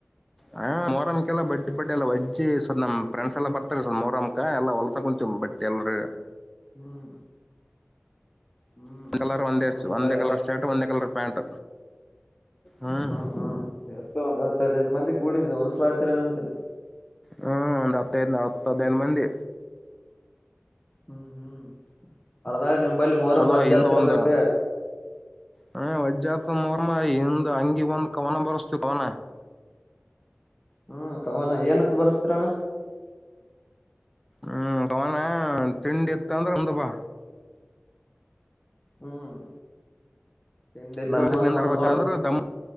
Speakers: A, in the centre; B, on the left.
A: ಹ ಮೊರಂಕ್ಕೆಲ್ಲ ಬಟ್ಟ. ಬಟ್ ಎಲ್ಲ ವಜ್ಜಿ ನಮ್ ಫ್ರೆಂಡ್ಸ್ ಎಲ್ಲ ಬರ್ತಾರೆ ಸೋ ಮೋಹರಮ್ಮಕ್ಕ ಎಲ್ಲ ಹೊಲ್ಸ ಕುಂತಿವಿ ಬಟ್ ಎಲ್ರೂ
B: ಹ್ಮ್ ಹ್ಮ್
A: ಒಂದ ಕಲರ್ ಒಂದೇ
B: ಮೊರಮ್ದಾಗ
A: ಒಂದೇ ಕಲರ್ ಶರ್ಟ್ ಒಂದೇ ಕಲರ್ ಪ್ಯಾಂಟ್ ಹ್ಮ್
B: ಹ್ಮ ಹ್ಮ್ ಎಷ್ಟು ಒಂದು ಹತ್ತದ್ನೈದು ಮಂದಿ ಕೂಡಿದೆ ಹೊಲ್ಸಲಾ ಆತೀರ ಅಂತಿನ
A: ಹ್ಮ್ ಒಂದ್ ಹತ್ತೈದ್ ಹತ್ತ ಹದೈದ್ ಮಂದಿ
B: ಹ್ಮ್ ಹ್ಮ್ ಅರ್ದಾಗ ನಿಮ್ ಬಳಿ ಮೋರು
A: ಚಲೋ
B: ಮಜ್ಜಾ
A: ಹಿಂದ
B: ಹತಿರ್ಬೇಕ
A: ಒಂದ ಹ ವಜ್ಜಿ ಪಾ ಮೊಹ್ರಮ ಹಿಂದ ಅಂಗಿ ಒಂದ್ ಕವನ ಬರಸ್ತವಿ ಕವನ.
B: ಹ್ಮ್ ಕವನ ಏನಂತ ಬರ್ಸ್ತರಣ್ಣ
A: ಹ್ಮ್ ಕವನ ತಿಂಡಿ ಎತ್ತ ಅಂದ್ರೆ ಒಂದ ಬಾ
B: ಹ್ಮ್ ತಿಂಡಿದ್ರ
A: ನಮ್ಮ
B: ಮುಂದ್
A: ನಿಂದಿರ್ಬೇಕ
B: ಬಂದ್ ನೋಡ
A: ಅಂದ್ರೆ ದಮ್ಮ